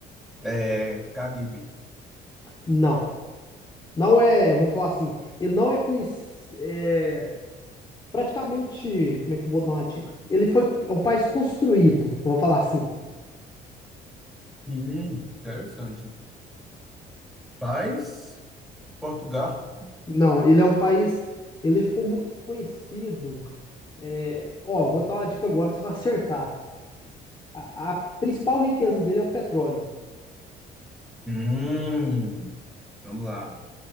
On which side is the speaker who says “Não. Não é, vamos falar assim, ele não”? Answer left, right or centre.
Left